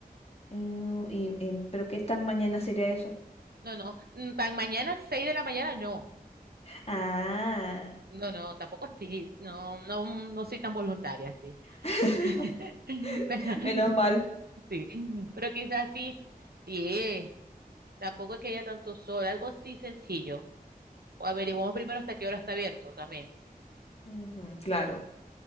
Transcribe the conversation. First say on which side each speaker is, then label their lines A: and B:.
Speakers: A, on the left; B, on the right.
A: Mm, y, y- ¿pero qué tan mañana sería eso?
B: No, no, mm, tan mañana, 6 de la mañana, no.
A: Ah,
B: No, no, tampoco así, no, no, no soy tan voluntaria, sí.
A: <laughs>
B: <laughs> Pero,
A: menos mal.
B: sí, pero quizás sí, 10, tampoco es que haya tanto sol, algo así sencillo. O averiguamos primero hasta qué hora está abierto también,
A: Ujú, claro.